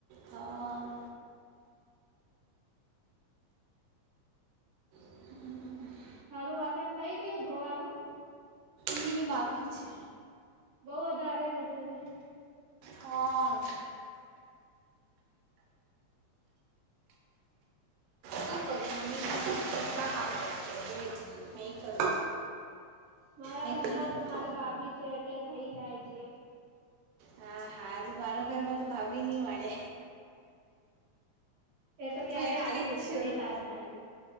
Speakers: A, on the right; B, on the right.
A: હા હમ
B: સારું વાસણ થઈ ગયું ધોવાનું.
A: હીં બાકી છે.
B: બહ વધારે હશે ને.
A: હમ શું કરું ની કેટલા કામ કર છે હ કરું.
B: મારા
A: હે
B: ઘરમાં
A: કે નહીં
B: તો મારી ભાભી છે એટલે થઈ જાય છે.
A: હા હાારું મારા ઘરમાં તો ભભી નહ મળે.
B: એ તો
A: હું
B: ક્યારે
A: એકલી
B: આવી
A: જ
B: જશે
A: છું
B: ને તારા ભાઈ.